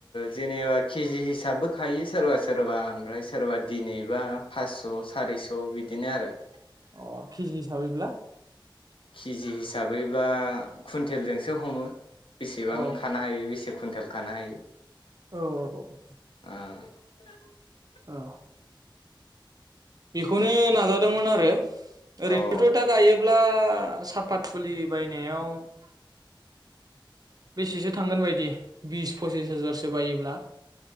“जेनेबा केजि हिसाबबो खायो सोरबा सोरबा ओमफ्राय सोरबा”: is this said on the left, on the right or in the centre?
Left